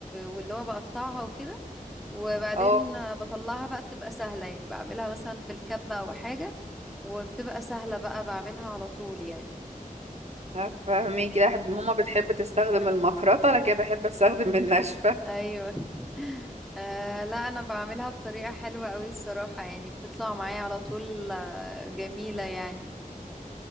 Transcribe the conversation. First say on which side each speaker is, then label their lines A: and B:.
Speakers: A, in the centre; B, on the right.
A: واللي هو بقطعها وكده وبعدين
B: اه
A: آه، بطلعها بقى بتبقى سهلة يعني بعملها مثلا في الكبة أو حاجة وبتبقى سهلة بقى بعملها على طول يعني
B: آه، فاهمين كده أحب- ماما بتحب تستخدم المخرطة لكن أنا بحب استخدم الناشفة
A: ايوه آه لا انا بعملها بطريقة حلوة قوي الصراحة يعني بتطلع معايا على طول آه، جميلة يعني